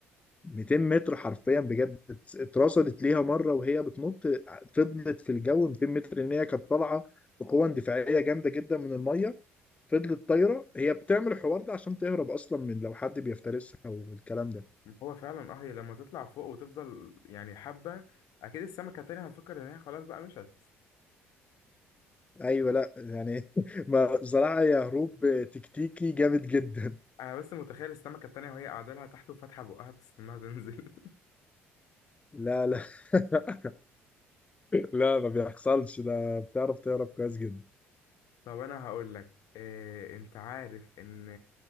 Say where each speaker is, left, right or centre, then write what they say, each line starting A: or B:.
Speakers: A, on the left (about 20°); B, on the left (about 60°).
A: 200 متر حرفيا بجد ات- اترصدت ليها مرة وهي بتنط فضلت في الجو 200 متر إن هي كانت طالعة بقوة اندفاعية جامدة جدا من المية فضلت طايرة هي بتعمل الحوار ده عشان تهرب أصلا من لو حد بيفترسها والكلام ده
B: هو فعلا اه هي لما تطلع فوق وتفضل يعني حبة اكيد السمكة التانية هتفكر ان هي خلاص بقى مشت
A: ايوه لا يعني <laughs> ما بصراحه يا هروب تكتيكي جامد جدا
B: انا بس متخيل السمكه التانية وهي قاعده لها تحت وفاتحه بقها بتستناها تنزل
A: لا لا <laughs> لا ما بيحصلش ده بتعرف تهرب كويس جدا
B: <laughs> طب انا هقول لك إيه انت عارف ان